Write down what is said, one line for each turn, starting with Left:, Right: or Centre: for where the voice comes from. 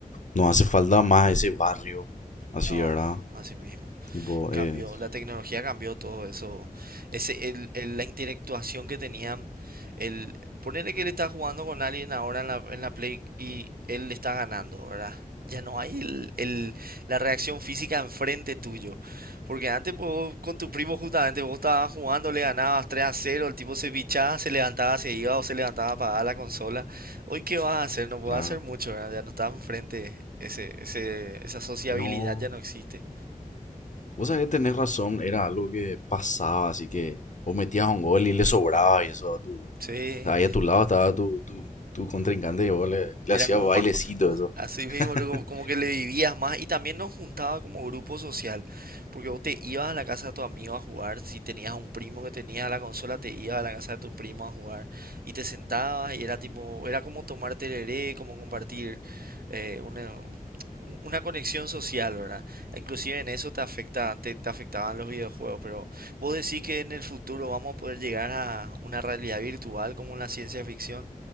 Left: no hace falta más ese barrio. Así,
Right: No,
Left: ¿verdad?
Right: así mismo.
Left: Tipo,
Right: Cambió,
Left: es.
Right: la tecnología cambió todo eso. Ese, el, el- la interactuación que tenían. El, ponerle que él está jugando con alguien ahora en la, en la Play y él le está ganando, ¿verdad? Ya no hay el, el- la reacción física enfrente tuyo. Porque antes pues, vos con tu primo justamente vos estabas jugando, le ganabas 3 a cero el tipo se pichaba, se levantaba, se iba o se levantaba a apagar la consola. Hoy qué vas a hacer, no puedes
Left: Claro.
Right: hacer mucho, ¿verdad? Ya no está enfrente, ese, ese, esa sociabilidad
Left: No.
Right: ya no existe.
Left: Vos sabés que tenés razón, era algo que pasaba, así que vos metías un gol y le sobraba y eso a tu.
Right: Sí.
Left: Ahí a tu lado estaba tu, tu, tu contrincante y vos le, le
Right: Era
Left: hacías
Right: como
Left: bailecito,
Right: más,
Left: eso.
Right: así mismo,
Left: <laughs>
Right: luego como que le vivías más y también nos juntaba como grupo social, porque vos te ibas a la casa de tu amigo a jugar, si tenías un primo que tenía la consola, te ibas a la casa de tu primo a jugar y te sentabas y era tipo, era como tomar tereré, como compartir eh, una, una conexión social, ¿verdad? Inclusive en eso te afecta, te, te afectaban los videojuegos, pero vos decís que en el futuro vamos a poder llegar a una realidad virtual como en la ciencia ficción